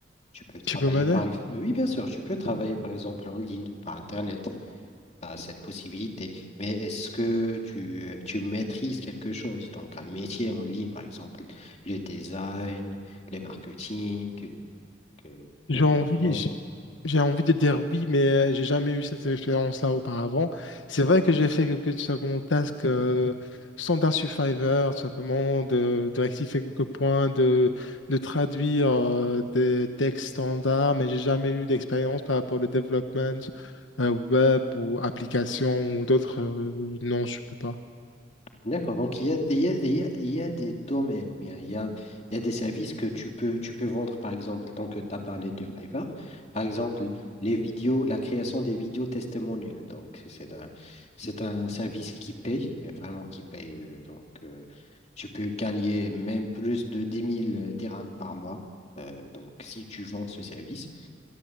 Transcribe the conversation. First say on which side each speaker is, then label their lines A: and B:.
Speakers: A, on the left; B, on the left.
A: tu peux travailler
B: Tu peux m'aider?
A: par ex- oui bien sûr tu peux travailler par exemple en ligne par Internet. Tu as cette possibilité. Mais est-ce que tu euh, tu maîtrises quelque chose? Donc un métier en ligne par exemple le design, le marketing, euh, le
B: J'ai
A: développement.
B: envie, J'ai envie de dire oui, mais euh, j'ai jamais eu cette expérience-là auparavant. C'est vrai que j'ai fait quelques simplement tasks euh, standard Survivor, tout simplement de, de rectifier quelques points, de, de traduire euh, des textes standards, mais j'ai jamais eu d'expérience par rapport au développement euh, web ou application ou d'autres. euh, non, je peux pas.
A: D'accord, donc il y a, il y a, il y a, il y a des domaines ou bien il y a, il y a des services que tu peux, tu peux vendre, par exemple, tant que tu as parlé de Fiverr, par exemple, les vidéos, la création des vidéos testimoniales. Donc, c'est un, c'est un service qui paye, et vraiment qui paye. euh, donc, euh, tu peux gagner même plus de dix mille dirhams par mois. euh, donc, si tu vends ce service,